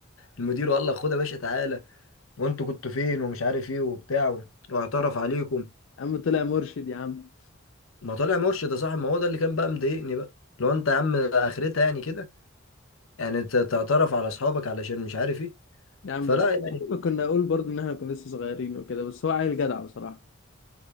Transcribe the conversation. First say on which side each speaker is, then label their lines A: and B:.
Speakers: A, on the left; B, on the left.
A: المدير وقال لك خد يا باشا تعالى وانتوا كنتوا فين ومش عارف ايه وبتاع واعترف عليكم
B: يا عم طلع مرشد يا عم
A: ما طلع مرشد يا صاحبي ما هو ده اللي كان بقى مضايقني بقى لو انت يا عم اخرتها يعني كده يعني انت تعترف على اصحابك علشان مش عارف ايه
B: يا عم
A: فلا
B: بس
A: يعني
B: كنا اقول برضو ان احنا كنا لسه صغيرين وكده بس هو عيل جدع بصراحه